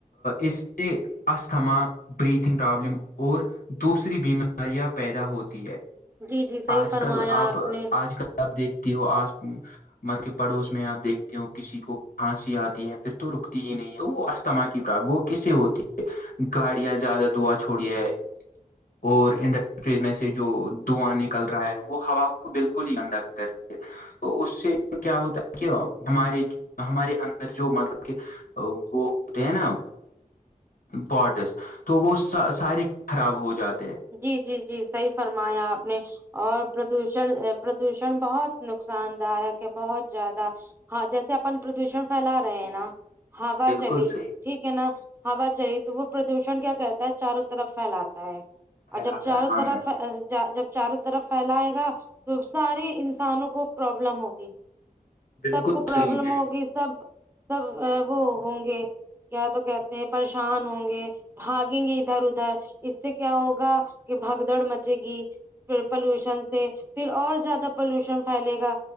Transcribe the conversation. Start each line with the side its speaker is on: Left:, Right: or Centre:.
Left: اس سے اسھما بریتنگ پرابلم اور دوسری بیماریاں پیدا ہوتی ہے-
Right: جی جی صحیح
Left: آج
Right: فرمایا
Left: کل آپ,
Right: نے
Left: آج کل آپ دیکھتی ہو آج مل کے پڑوس میں آپ دیکھتے ہو کسی کو کھانسی آتی ہے پھر تو رکتی ہی نہیں تو وہ استھما کی پر وہ ک سے ہوتی ہے گاڑیاں زیادہ دعا چھوڑی ہے اور انڈ- ریز میں سے جو دھواں نکل رہا ہے وہ ہوا کو بالکل ہی اندا کر ہے- تو اس سے کیا ہوتا ہے کہ ہمارے ہمارے اندر جو مطلب کہ وہ ہے نا اب- پاٹس تو وہ سارے خراب ہو جاتے ہیں-
Right: جی- جی- جی صحیح فرمایا آپ نے- اور پردوشن پردوشن بہت نقصان داک ہے بہت زیادہ- ہاں جیسے اپن پردوشن پھیلا رہے ہیں نا ہا
Left: بالکل
Right: چلی-
Left: صحیح
Right: ٹھیک ہے نا ہوا چلیی تو وہ پردوشن کیا کرتا ہے چاروں طرف پھیلاتا ہے- اور
Left: پھیلاتا
Right: جب چاروں
Left: ہے ہاں
Right: طرف
Left: میم
Right: جب چاروں طرف پھیلائے گا تو سارے انسانوں کو پرابلم ہوگی-
Left: بالکل
Right: سب کو پروابلم
Left: صحیح میم
Right: ہوگی سب سب وہ ہوں گے کیا تو کہتے ہیں پریشان ہوں گے بھاگیں گے ادھر ادھر اس سے کیا ہوگ ا کہ بھگدڑ مچے گی پھر پولوشن سے پھر اور زیادہ پلوشن پھیلے گا